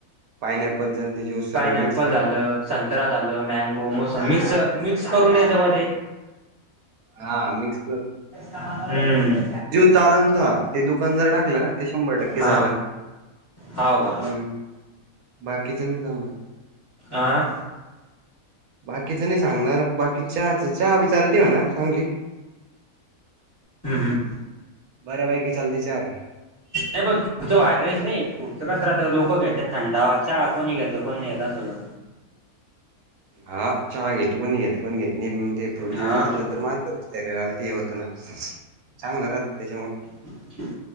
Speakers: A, on the right; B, on the left.
A: पाईनॲपलच अन ते ज्यूस सगळं
B: पायनॅपल
A: मिक्स का?
B: झालं संतरा झालं मँगो मोसंबी मिक्स मिक्स करून नेतो का ते?
A: हा मिक्स
B: हम्म,
A: चालण ता ते दुकान जर टाकलं ना ते शंभर टक्के
B: हा,
A: चालन.
B: होव का.
A: हम्म बाकीचं नाही चालणार.
B: आह,
A: बाकीचं नाही. सांगणार बाकी चहाच चहा बी चालते. म्हणा. चांगली
B: हम हम!
A: बर्‍यापैकी चालते. चहा बी
B: हे बग बाहेर राहील रे कसं राहतं! लोकं घेतात थंडावा च्या कोणी घेत कोण नाही घेत अस होत.
A: हा चहा घेत कोणी घेत कोण घेत नाही. ते फ्रूट
B: हा
A: ज्यूस
B: हम्म
A: असल्यानंतर मानत रव्यात दिलं होतं ना चांगलं राहते. त्याच्यामुळ-
B: हम्म